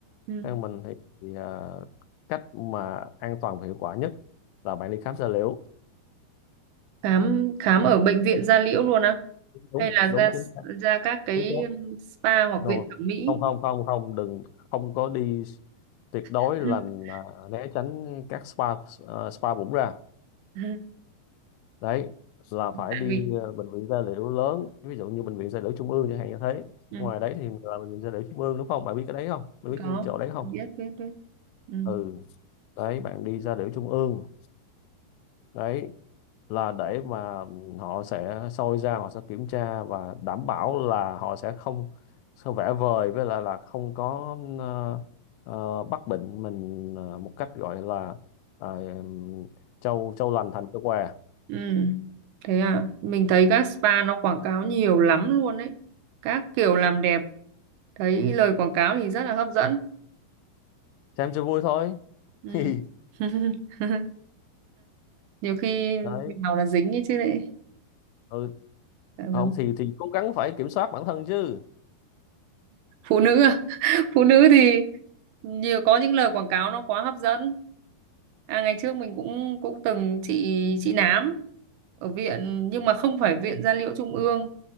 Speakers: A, on the right; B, on the left.
A: Ừ.
B: theo mình thì, thì à, cách mà an toàn và hiệu quả nhất là bạn đi khám da liễu
A: Khám khám ở bệnh viện da liễu luôn á.
B: đúng
A: hay là
B: đúng
A: ra
B: chính xác
A: ra các cái
B: đúng thế
A: um, spa hoặc
B: no.
A: viện thẩm mỹ
B: không không không không đừng không có đi tuyệt đối
A: <laughs>
B: là là né tránh các spa ờ, spa bụng ra
A: ừ,
B: đấy là phải
A: tại
B: đi
A: vì
B: ờ, bệnh viện da liễu lớn ví dụ như bệnh viện da liễu Trung ương chẳng hạn như thế ngoài
A: ừ,
B: đấy thì là bệnh viện da liễu Trung ương đúng không bạn biết cái đấy không bạn biết
A: có
B: cái chỗ đấy không
A: biết biết biết ừ.
B: ừ đấy bạn đi da liễu Trung ương đấy là để mà họ sẽ soi ra họ sẽ kiểm tra và đảm bảo là họ sẽ không sẽ vẽ vời với lại là không có ờ, ờ, bắt bệnh mình ờ, một cách gọi là ờ, trâu trâu lành thành trâu què
A: Ừ. thế à mình thấy các spa nó quảng cáo nhiều lắm luôn đấy các kiểu làm đẹp thấy lời quảng cáo thì rất là hấp dẫn
B: xem cho vui thôi
A: ừ.
B: <laughs>
A: <laughs> nhiều khi
B: đấy
A: nào là dính ấy chứ lại
B: ừ.
A: Đáng
B: không
A: lắm.
B: thì thì cố gắng phải kiểm soát bản thân chứ
A: phụ nữ à? <laughs> phụ nữ thì nhiều có những lời quảng cáo nó quá hấp dẫn à ngày trước mình cũng cũng từng trị trị nám ở viện nhưng mà không phải viện da liễu trung ương